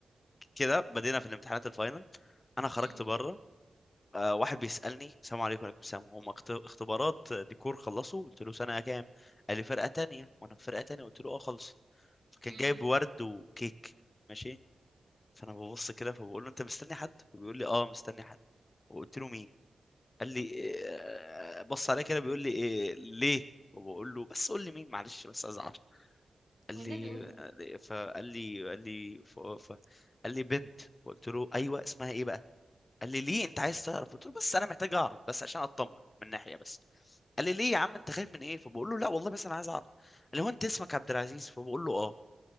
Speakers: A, on the left; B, on the right.
A: كده بدينا في الامتحانات الفاينل انا خرجت
B: مم.
A: بره آه، واحد بيسالني السلام عليكم وعليكم السلام هم اخت- اختبارات ديكور خلصوا قلت له سنه كام قال لي فرقه تانية وانا في فرقه تانية قلت له اه خلص فكان
B: مم.
A: جايب ورد وكيك ماشي فانا ببص كده فبقول له انت مستني حد فبيقول لي اه مستني حد وقلت له مين قال لي إيه بص عليا كده بيقول لي إيه ليه وبقول له بس قول لي مين معلش بس ازعل قال
B: والنبي
A: لي
B: قولي
A: فقال لي قال لي ف... ف... قال لي بنت قلت له ايوه اسمها ايه بقى قال لي ليه انت عايز تعرف قلت له بس انا محتاج اعرف بس عشان اطمن من ناحيه بس قال لي ليه يا عم انت خايف من ايه فبقول له لا والله بس انا عايز اعرف قال لي هو انت اسمك عبد العزيز فبقول له اه